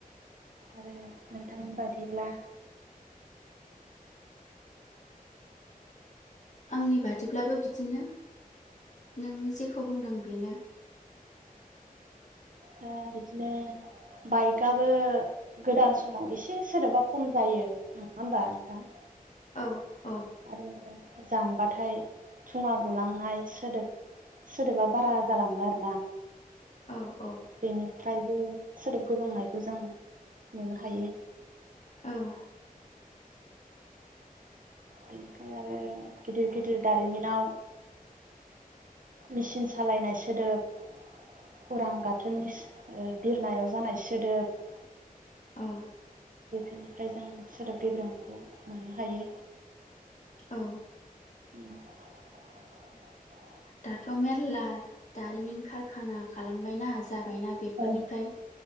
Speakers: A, on the right; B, on the left.
A: आरो नोंथांनि बादिब्ला
B: आंनि बादिब्लाबो बिदिनो। नों जेखौ बुंदों बेनो।
A: दा बिदिनो बाइकआबो गोदान समाव एसे सोदोबा खम जायो नङा होमबा नोंथां?
B: औ औ
A: आ जाम बाथाय थुङा गुलांनाय सोदोब सोदोबा बारा जालाङो आरोना।
B: औ औ
A: बिनि फ्रायबो सोदोब गुबुंनायखौ जों नुनो हायो।
B: औ
A: बेनिफ्राय आरो गिदिर गिदिर दारिमिनाव मेचिन सालायनाय सोदोब उरां गाथोननि बिरनायाव जानाय सोदोब।
B: औ
A: बेफोरनिफ्राय जों सोदोब गेब्रेंनायखौ मोननो हायो।
B: औ
A: <inaudible>
B: दाथ' मेरला दारिमिन कारखाना खालामबायना जाब बायना बेफोरनिफ्राय
A: औ